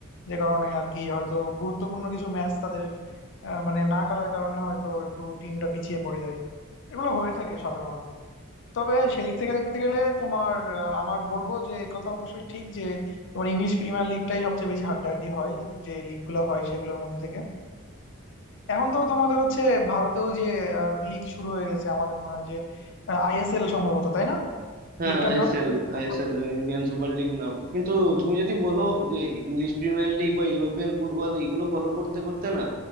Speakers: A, on the left; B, on the right.
A: যে কারণে আর কি হয়তো গুরুত্বপূর্ণ কিছু ম্যাচ তাদের আহ, মানে না খেলার কারণে হয়তো একটু টিমটা পিছিয়ে পড়ে যায় এগুলো হয়ে থাকে সাধারণত তবে সেদিক থেকে দেখতে গেলে তোমার আহ, আমার বলবো যে এই কথা অবশ্যই ঠিক যে তোমার ইংলিশ প্রিমিয়ার লিগটাই সবচেয়ে বেশি হাড্ডাহাড্ডি হয় যে লিগ গুলো হয় সেগুলোর মধ্যে থেকে এখন তো তোমাদের হচ্ছে ভারতেও যে লিগ শুরু হয়ে গেছে আমাদের মনে হয় যে আইএসএল সম্ভবত তাই না
B: হ্যাঁ
A: লিগটার
B: ISL
A: নাম ফুটবল
B: ISL Indian Super League নাম কিন্তু তুমি যদি বলো যে ইংলিশ প্রিমিয়ার লিগ বা ইউরোপিয়ান ফুটবল এইগুলো ফলো করতে করতে না